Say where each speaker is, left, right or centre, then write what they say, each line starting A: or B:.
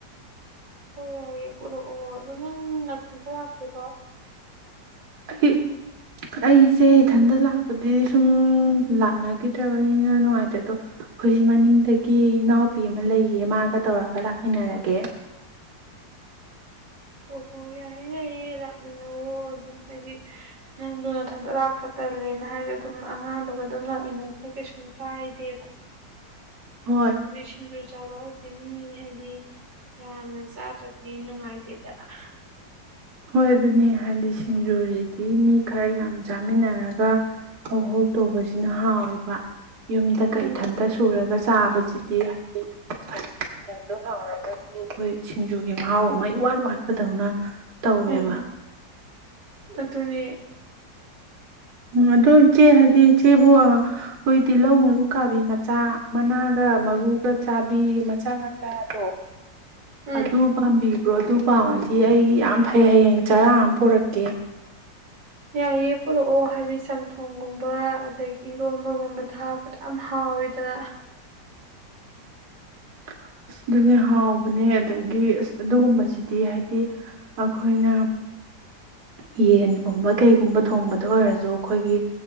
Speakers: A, on the right; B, on the right.
A: ꯍꯣꯏ ꯌꯥꯏꯌꯦꯦ ꯄꯨꯔꯛꯑꯣ ꯑꯗꯣ ꯅꯪ ꯅꯊꯟꯇ ꯂꯥꯛꯇꯣꯏꯔꯣ
B: ꯑꯩ ꯑꯩꯁꯦ ꯏꯊꯟꯇ ꯂꯥꯛꯄꯗꯤ ꯁꯨꯝ ꯂꯥꯛꯅꯈꯤꯗ꯭ꯔꯕꯅꯤꯅ ꯅꯨꯡꯉꯥꯏꯇ꯭ꯔꯦ ꯑꯗꯣ ꯑꯩꯈꯣꯏꯖꯤꯛ ꯃꯅꯤꯡꯗꯒꯤ ꯏꯅꯥꯎꯄꯤ ꯑꯃ ꯂꯩꯌꯦ ꯃꯥꯒ ꯇꯧꯔꯒ ꯂꯥꯛꯃꯤꯟꯅꯔꯒꯦ
A: ꯑꯣꯍꯣ ꯌꯥꯏꯌꯦ ꯌꯥꯏꯌꯦ ꯂꯥꯛꯃꯤꯟꯅꯋ ꯑꯗꯨꯝ ꯍꯥꯏꯗꯤ ꯅꯪꯗꯨꯅꯊꯟꯗꯣꯛ ꯂꯥꯛꯄ ꯇꯜꯂꯦꯅ ꯍꯥꯏꯁꯨ ꯑꯗꯨꯝ ꯑꯉꯥꯡꯗꯨꯒ ꯑꯗꯨꯝ ꯂꯥꯛꯃꯤꯟꯅꯩ ꯀꯩꯁꯨꯝ ꯀꯥꯏꯗꯦꯕ
B: ꯍꯣꯏ
A: ꯁꯖꯨꯔ ꯆꯥꯕ ꯍ ꯁꯤ ꯃꯤ ꯍꯥꯏꯗꯤ ꯌꯥꯝꯅ ꯆꯥꯕꯗꯤ ꯅꯨꯡꯉꯥꯏꯇꯦꯗ <inaudible>
B: ꯍꯣꯏ ꯑꯗꯨꯅꯦ ꯍꯥꯏꯗꯤ ꯁꯤꯡꯖꯨꯁꯤꯗꯤ ꯃꯤ ꯈꯔ ꯌꯥꯝ ꯆꯥꯃꯤꯟꯅꯔꯒ ꯍꯧꯧ ꯍꯧꯧ ꯇꯧꯕꯁꯤꯅ ꯍꯥꯎꯋꯦꯕ ꯌꯨꯝꯗꯒ
A: ꯎꯝ
B: ꯏꯊꯟꯇ ꯁꯨꯔꯒ ꯑꯗꯨꯒ ꯆꯥꯕꯁꯤꯗꯤ ꯍꯥꯏꯗꯤ ꯐꯅ ꯃꯆꯜꯗꯣ ꯍꯥꯎꯔꯒꯁꯨ ꯑꯩꯈꯣꯏ ꯁꯤꯡꯖꯨꯒꯤ ꯃꯍꯥꯎ ꯑꯃꯩ ꯋꯥꯠ ꯋꯥꯠꯄꯗꯧꯅ ꯇꯧꯋꯦꯕ
A: ꯎꯝ ꯑꯗꯨꯅꯤ
B: ꯎꯝ ꯑꯗꯣ ꯏꯆꯦ ꯍꯥꯏꯗꯤ ꯏꯆꯦꯕꯨ ꯑꯩꯈꯣꯏ ꯇꯤꯜꯍꯧ ꯃꯔꯨ ꯀꯥꯕꯤ ꯃꯆꯥ ꯃꯅꯥꯒ ꯃꯔꯨꯒ ꯆꯥꯕꯤ ꯃꯆꯥ ꯃꯆꯥꯗꯣ
A: ꯎꯝ
B: ꯑꯗꯨ ꯄꯥꯝꯕꯤꯕ꯭ꯔꯣ ꯑꯗꯨ ꯑ ꯄꯥꯝꯃꯗꯤ ꯑꯩꯒꯤ ꯌꯥꯝ ꯐꯩ ꯍꯌꯦꯡ ꯆꯔꯥ ꯑꯃ ꯄꯨꯣꯔꯛꯀꯦ
A: ꯌꯥꯏꯌꯦ ꯄꯨꯔꯛꯑꯣ ꯍꯥꯏꯗꯤ ꯆꯝꯊꯣꯡꯒꯨꯝꯕ ꯑꯗꯒꯤ ꯏꯔꯣꯟꯝꯕꯒꯨꯝꯕꯗ ꯍꯥꯞꯄꯗ ꯌꯥꯝ ꯍꯥꯎꯋꯤꯗꯅ
B: ꯑ ꯑꯗꯨꯅꯦ ꯍꯥꯎꯕꯅꯦ ꯑꯗꯒꯤ ꯑꯁ ꯑꯗꯨꯒꯨꯝꯕꯁꯤꯗꯤ ꯍꯥꯏꯗꯤ ꯑꯩꯈꯣꯏꯅ ꯎ ꯌꯦꯟꯒꯨꯝꯕ ꯀꯩꯒꯨꯝꯕ ꯊꯣꯡꯕꯗ ꯑꯣꯏꯔꯁꯨ ꯑꯩꯈꯣꯏꯒꯤ